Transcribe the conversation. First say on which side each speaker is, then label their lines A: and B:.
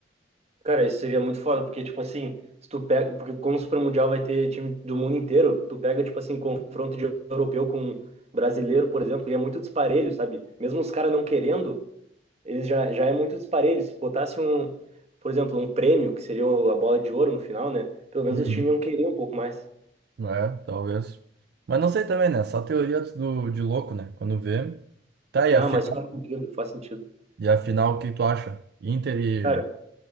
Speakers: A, on the right; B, on the right.
A: Cara, isso seria muito foda, porque, tipo assim, se tu pega, porque como o Super Mundial vai ter time do mundo inteiro, tu pega, tipo assim, confronto de europeu com brasileiro, por exemplo, e é muito disparelho, sabe? Mesmo os caras não querendo, eles já, já é muito disparelho. Se botasse um, por exemplo, um prêmio, que seria a bola de ouro no final, né? Pelo menos
B: Uhum.
A: os times iam querer um pouco mais.
B: É, talvez. Mas não sei também, né? Só teoria do, de louco, né? Quando vê. Tá, e
A: Não,
B: afinal,
A: mas faz sentido, faz sentido.
B: e afinal, o que tu acha? Inter e
A: Cara,